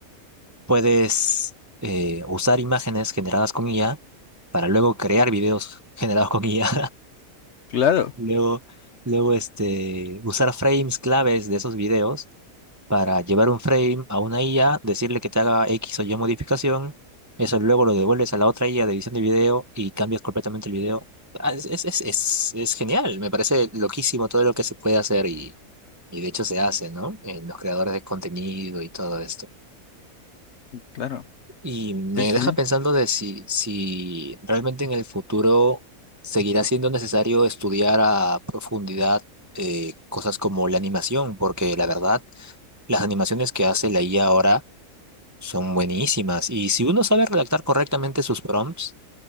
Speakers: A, on the right; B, on the left.
A: puedes eh, usar imágenes generadas con IA para luego crear videos <laughs> generados con IA.
B: Claro,
A: Luego, luego este, usar frames claves de esos videos para llevar un frame a una IA, decirle que te haga X o Y modificación, eso luego lo devuelves a la otra IA de edición de video y cambias completamente el video. Ah, es, es, es, es- es genial, me parece loquísimo todo lo que se puede hacer y, y de hecho se hace, ¿no? En los creadores de contenido y todo esto.
B: claro.
A: Y me
B: Sí, sí,
A: deja
B: sí.
A: pensando de si, si realmente en el futuro seguirá siendo necesario estudiar a profundidad eh, cosas como la animación, porque la verdad, las animaciones que hace la IA ahora son buenísimas. Y si uno sabe redactar correctamente sus prompts,